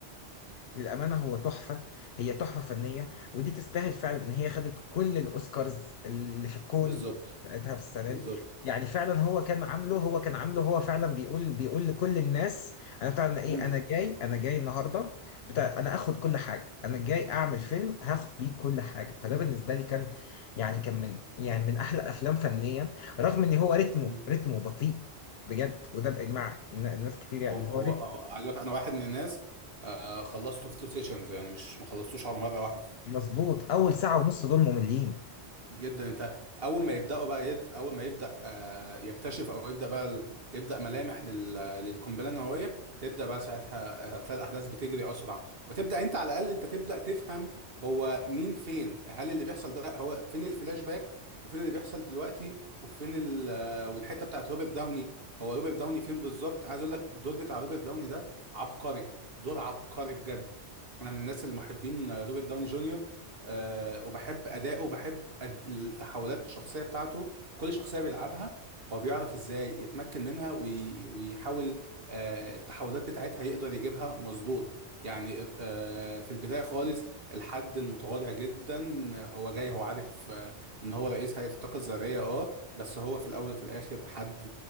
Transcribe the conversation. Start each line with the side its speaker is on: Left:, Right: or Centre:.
Left: للأمانة هو تحفة هي تحفة فنية ودي تستاهل فعلا إن هي خدت كل الأوسكارز اللي في الكون
Right: بالظبط
Left: بتاعتها في السنة
Right: بالظبط
Left: دي يعني فعلا هو كان عامله هو كان عامله هو فعلا بيقول بيقول لكل الناس أنا بتاع أنا إيه
Right: مم.
Left: أنا جاي أنا جاي النهاردة بتاع أنا آخد كل حاجة أنا جاي أعمل فيلم هاخد بيه كل حاجة فده بالنسبة لي كان يعني كان من يعني من أحلى أفلام فنيا رغم إن هو رتمه
Right: مم.
Left: رتمه بطيء بجد وده بإجماع الناس كتير يعني
Right: هو
Left: إن هو
Right: هو
Left: رتم
Right: هو- عايز أقولك انا واحد من الناس آه خلصته في تو سيشنز يعني مش ما خلصتوش على مره واحده
Left: مظبوط أول ساعة ونص دول مملين
Right: جدا انت اول ما يبداوا بقى يت... اول ما يبدا آه يكتشف او يبدا بقى ال... يبدا ملامح لل... للقنبله النوويه تبدا بقى ساعتها آه، هتلاقي الاحداث بتجري اسرع وتبدا انت على الاقل انت تبدا تفهم هو مين فين هل اللي بيحصل ده هو فين الفلاش باك وفين اللي بيحصل دلوقتي وفين ال... آه، والحته بتاعت روبرت داوني هو روبرت داوني فين بالظبط عايز اقول لك الدور بتاع روبرت داوني ده عبقري دور عبقري بجد انا من الناس المحبين آه، روبرت داوني جونيور آه، وبحب اداؤه وبحب أد... التحولات الشخصيه بتاعته كل شخصيه بيلعبها هو بيعرف ازاي يتمكن منها وي... ويحاول آه، التحولات بتاعتها يقدر يجيبها مظبوط يعني آه، في البدايه خالص الحد المتواضع جدا هو جاي هو عارف آه، ان هو رئيس هيئه الطاقه الذريه اه بس هو في الاول وفي الاخر حد